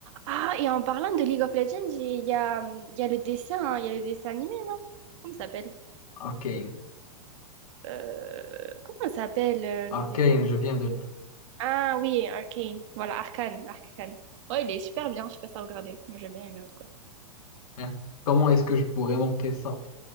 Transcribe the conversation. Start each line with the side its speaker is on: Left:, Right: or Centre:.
Right: Ah, et en parlant de League of Legends, j'ai- il y a, hum, il y a le dessin, hein, il y a le dessin animé, non? Comment ça s'appelle?
Left: Arcane.
Right: Euh, comment ça s'appelle euh,
Left: Arcane,
Right: le dessin?
Left: je viens de le dire.
Right: Ah oui, Arcane. Voilà, Arcane, Arcane. Ouais, il est super bien, je sais pas si t'as regardé. Moi, j'ai bien aimé en tout cas.
Left: Hein. Comment est-ce que je pourrais manquer ça?